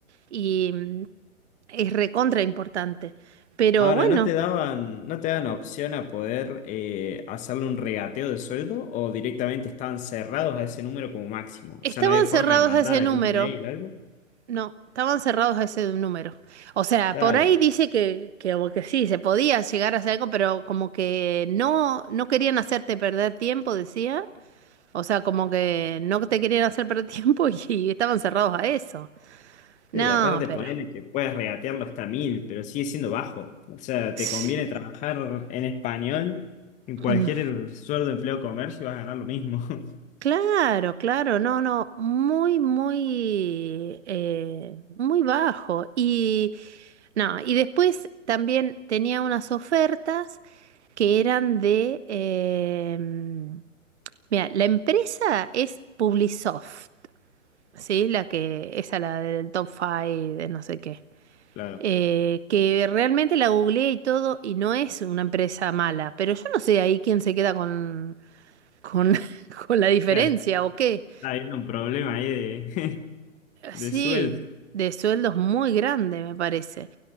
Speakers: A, on the right; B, on the left.
A: y mm, es recontra importante. Pero
B: Ahora,
A: bueno,
B: ¿no te daban, no te dan opción a poder eh, hacerle un regateo de sueldo o directamente estaban cerrados a ese número como máximo?
A: Estaban
B: O sea, no había forma
A: cerrados
B: de mandar
A: a ese
B: algún
A: número.
B: mail, algo.
A: No, estaban cerrados a ese número. O sea,
B: Claro,
A: por ahí dice que, que, o que sí, se podía llegar a hacer algo, pero como que no, no querían hacerte perder tiempo, decía. O sea, como que no te querían hacer perder <laughs> tiempo y, y estaban cerrados a eso. No,
B: sí, aparte
A: pero.
B: ponerle que puedes regatearlo hasta mil, pero sigue siendo bajo. O sea,
A: <sniffs>
B: te conviene trabajar en español, en cualquier
A: Mm,
B: sueldo, empleo, comercio, vas a ganar lo mismo. <laughs>
A: Claro, claro, no, no, muy, muy, eh, muy bajo. Y no, y después también tenía unas ofertas que eran de... em, mira, la empresa es Publisoft, ¿sí? La que, esa la del top 5, de no sé qué.
B: Claro,
A: Eh, que realmente la googleé y todo y no es una empresa mala, pero yo no sé ahí quién se queda con, con, <laughs> con la diferencia
B: ya
A: o qué.
B: está habiendo un problema ahí de, <laughs> de
A: Sí,
B: sueldo.
A: de sueldos muy grande me parece.